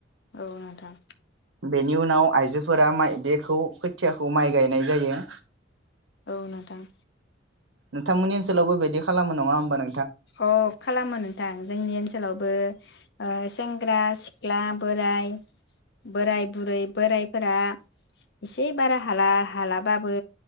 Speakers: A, on the left; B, on the right.
A: औ नोंथां।
B: बेनि उनाव आइजोफोरा माइ बेखौ खोथियाखौ माइ गायनाय जायो।
A: औ नोंथां।
B: नोंथांमोननि ओनसोलावबो बेदि खालामो नङा होमबा नों
A: अ' खालामो नोंथां जोंनि ओनसोलावबो ओ सेंग्रा सिख्ला बोराय बोराय बुरै बोरायफोरा एसे बारा हाला हालाबाबो